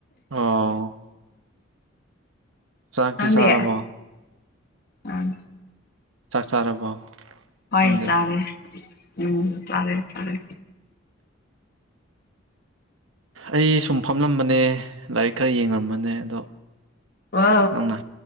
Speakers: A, on the right (about 75°); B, on the left (about 50°).
A: ꯑꯣ ꯆꯥꯛꯇꯤ
B: ꯅꯪꯗꯤ
A: ꯆꯥꯔꯕꯣ
B: ꯎꯝ
A: ꯆꯥꯛ ꯆꯥꯔꯕꯣ
B: ꯍꯣꯏ
A: ꯅꯪꯗꯤ
B: ꯆꯥꯔꯦ ꯎꯝ ꯆꯥꯔꯦ ꯆꯥꯔꯦ
A: ꯑꯩ ꯁꯨꯝ ꯐꯝꯂꯝꯕꯅꯦ ꯂꯥꯏꯔꯤꯛ ꯈꯔ ꯌꯦꯡꯉꯝꯕꯅꯦ ꯑꯗꯣ
B: ꯋꯥ
A: ꯅꯪꯅ